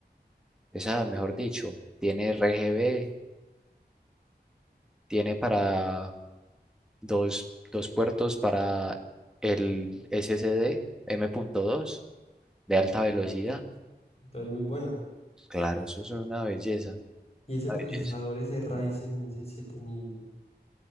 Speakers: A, in the centre; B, on the left.
A: esa, mejor dicho, tiene RGB, tiene para dos, dos puertos para el SSD dos de alta velocidad.
B: Entonces, muy buena.
A: Claro, eso es una belleza,
B: Y ese
A: una
B: procesador,
A: belleza.
B: ese Ryzen, ese siete mil